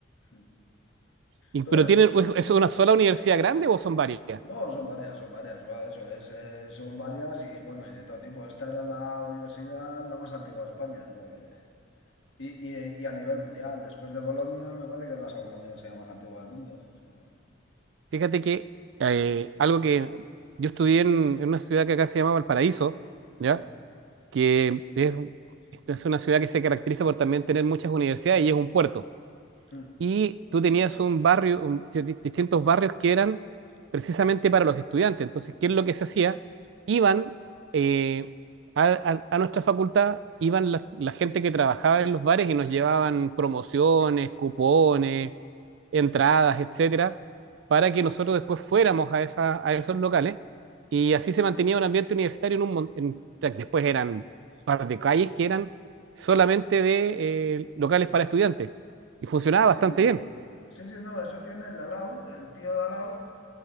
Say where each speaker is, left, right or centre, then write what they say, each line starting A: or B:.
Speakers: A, on the left (about 70°); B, on the right (about 65°).
A: sí.
B: Y-
A: Pero
B: pero
A: es,
B: tienen, ¿es es una sola universidad grande o son varias?
A: No, son varias, son varias, va, eso es, eh, son varias y bueno, y de todo tipo. Esta era la universidad la más antigua de España, o sea que- Y, y- y a nivel mundial, después de Bolonia, me parece que es la segunda universidad más antigua del mundo. o sea
B: Fíjate que eh, algo que yo estudié en, en una ciudad que acá se llama Valparaíso,
A: que-
B: ¿ya? Que es, es una ciudad que se caracteriza por también tener muchas universidades y es un puerto
A: <laughs>
B: y tú tenías un barrio, un- distintos barrios que eran precisamente para los estudiantes. Entonces, ¿qué es lo que se hacía? Iban eh, a, a- a nuestra facultad, iban la, la gente que trabajaba en los bares y nos llevaban promociones, cupones, entradas, etcétera, para que nosotros después fuéramos a, esa- a esos locales. Y así se mantenía un ambiente universitario en un en- después eran un par de calles que eran solamente de eh, locales para estudiantes. Y funcionaba
A: Sí,
B: bastante
A: sí.
B: bien.
A: Sí, sí, no, eso tiene el Dalao, el tío Dalao,